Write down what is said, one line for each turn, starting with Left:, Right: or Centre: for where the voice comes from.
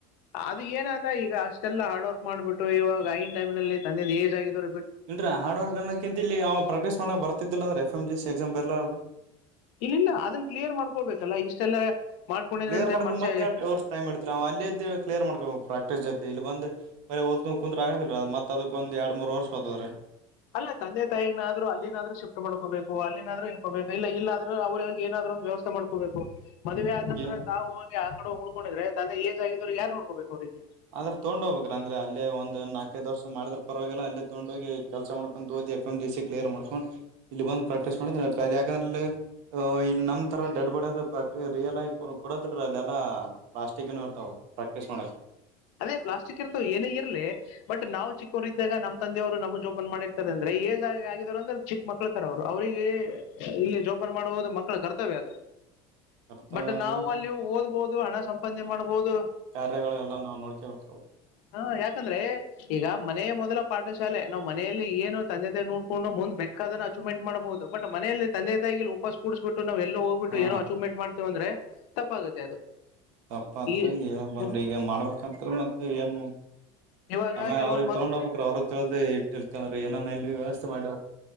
Left: ಅದು ಏನಾದ ಈಗ ಅಷ್ಟೆಲ್ಲ ಹಾರ್ಡ್ ವರ್ಕ್ ಮಾಡ್ಬಿಟ್ಟು ಇವಾಗ ಐನ್ ಟೈಮ್ ನಲ್ಲಿ ತಂದೆದ ಏಜ್ ಆಗಿದರು
Right: ಇಲ್ರ ಹಾರ್ಡ್ ವರ್ಕ್ ಅನ್ನೋಕ್ಕಿಂತ ಇಲ್ಲಿ ಪ್ರಾಕ್ಟೀಸ್ ಮಾಡಕ್ ಬರ್ತಿದ್ದಿಲ್ಲಂದ್ರೆ ಎಫ ಎಮ್ ಸಿ ಎಕ್ಸಾಮ್ ಬರೀಲಾರದೇ
Left: ಇಲ್ಲಲ್ಲ ಅದನ್ ಕ್ಲಿಯರ್ ಮಾಡ್ಕೊಳ್ಬೇಕಲ್ಲ ಇಷ್ಟೆಲ್ಲ ಮಾಡ್ಕೊಂಡಿದ್ರಂತೆ
Right: ಕ್ಲಿಯರ್ ಮಾಡಕಕ್ತ್ತೆರ್ಡ್
Left: ಮನುಷ್ಯ
Right: ಅವರ್ ಟೈಮ ಇತರಿ ಅವ್ ಅಲ್ಲದ್ದ ಕ್ಲಿಯರ್ ಮಾಡಕಬೇಕಕ್ ಪ್ರಾಕ್ಟೀಸ್ ಜೊತೆ ಇಲ್ಲಿ ಬಂದು ಬರೀ ದ್ಕೊಂಡ ಕುಂತ್ರು ಆಗದಲ್ರ ಅ ಮತ್ತ ಅದಕ್ಕ ಒಂದ ಎರಡು ಮೂ ವರ್ಷ ಹದ್ರೀ
Left: ಅಲ್ಲ ತಂದೆ ತಾಯಿನಾದ್ರು ಅಲ್ಲಿನಾದ್ರೂ ಶಿಫ್ಟ್ ಮಾಡ್ಕೋಬೇಕು ಅಲ್ಲಿನಾದ್ರೂ ಇನ್ಕೋಬೇಕು ಇಲ್ಲ ಇಲ್ಲ ಆದ್ರೂ ಅವ್ರ ಏನಾದ್ರೂ ಒಂದು ವ್ಯವಸ್ಥೆ ಮಾಡ್ಕೋಬೇಕು ಮದ್ವೆ ಆದ ನಂತರ
Right: ಏ
Left: ತಾವು ಆ ಕಡೆ ಹ ಉಳ್ಕೊಂಡಿದ್ರೆಂದ ಏಜ್ಗಿದ್ರು ಯಾರ್ ನೋಡ್ಕೋಬೇಕು ಅವರಿಗೆ
Right: ಆದದ್ರ ತೊಗೊಂಡ ಹೋಗ್ಬೇಕ್ರ ಅಂದ್ರೆ ಅಲ್ಲೇ ಒಂದ್ ನಾಲ್ಕೈದ ವರ್ಷ ಮಾಡಿದ್ರ ಪರವಾಗಿಲ್ಲ ಅಲ್ಲಿ ತೊಗೊಂಡ ಹೋಗಿ ಕೆಲಸ ಮಾಡ್ಕೊಂಡು ಹೋದಿ ಎಫ್ ಎ್ ಸಿ ಕ್ಲಿಯರ್ ಮಾಡ್ಕೊಂಡು ಇಲ್ಲಿ ಬಂದು ಪ್ರಾಕ್ಟೀಸ್ ಮಾಡಾಂದ್ರೆ ಇಲ್ಲಿ ನಮ್ಮ ತರ ಡೆಡ್ ಬಾಡಿ ಪ್ರಕ್ ರಿಯಲ್ ಆ ಕೊಡದ ಅಲ್ಲಾ ಪ್ಲಾಟಿಕ್ ಏ ಇರ್ತವು ಪ್ರಾಕ್ಟೀಸ್ ಮಾಡಕ್
Left: ಅದೇ ಪ್ಲಾಸ್ಟಿಕ್ ಇರ್ತವ ಏನೇ ಇರ್ಲಿ ಬಟ್ ನಾವು ಚಿಕ್ಕವರು ಇದಾಗ ನಮ್ ತಂದೆಯವರು ನಮ ಜೋಪನ್ ಮಾಡಿರ್ತಾರೆ ಅಂದ್ರೆ ಏಜ್ ಆ ಆಗಿದವರು ಅಂದ್ರೆ ಚಿಕ್ಕ ಮಕ್ಳತರ ಅವ್ರು ಅವ್ರಿಗೆ ಇಲ್ಲಿ ಜೋಪನ್ ಮಾಡುವುದು ಮಕ್ಕಳ ಕರ್ತವ್ಯ ಅದು
Right: ಇರ್ತವೆ
Left: ಬಟ್
Right: ಅಂದ್ರೆ
Left: ನಾವು ಅಲ್ಲಿ ಓದ್ಬೋದು ಹಣ ಸಂಪಾದನೆ ಮಾಡ್ಬೋದು
Right: ಗಳೆಲ್ಲ ನಾವು ನೋಡ್ಕೇಬೇಕದು
Left: ಹಾ ಯಾಕಂದ್ರೆ ಈಗ ಮನೆ ಮೊದಲ ಪಾಠಶಾಲೆ ನಾವು ಮನೆಯಲ್ಲಿ ಏನು ತಂದೆ ತಾಯ ನೋಡ್ಕೊಂಡು ಮುಂದ್ ಬೆೇಕಾದನ್ನು ಅಚೀವ್ಮೆಂಟ್ ಮಾಡ್ಬಹುದು ಬಟ್ ಮನೆಯಲ್ಲಿ ತಂದೆ ತಾಯಿಲ್ಲಿ ಉಪಸ್ ಕೂಡಿಸ್ಬಿು ನಾವವು ಎಲ್ಲ ಹೋಗ್ಬಿು
Right: ಹಾ
Left: ಏನೋ ಅಚೀವ್ಮಂಟ್ ಮಾಡ್ತೇವಂದ್ರೆ ತಪ್ಪಾಗುತ್ತೆ ಅದು
Right: ಕಪ್ಪತ್ರ
Left: ಈ
Right: ಬ
Left: ಹ್ಮ್.
Right: ಈಗ ಮಾಡ್ಬೇಕತ್ ಮತ್ತೆ ಏನ್
Left: ಇವಾಗ
Right: ಆ
Left: ಕೆಲವೊಂದ್
Right: ಅವ್ರಿಗೆ
Left: ಮಕ್
Right: ತಗೊಂಡ್ ಹಬಕ್ರ ಅವ್ರ ಕೇಳ್ದ ತಿಳ್ಕಂದ್ರ ಏನ ಇಲ್ಲಿ ವ್ಯವಸ್ಥೆ ಮಾಡ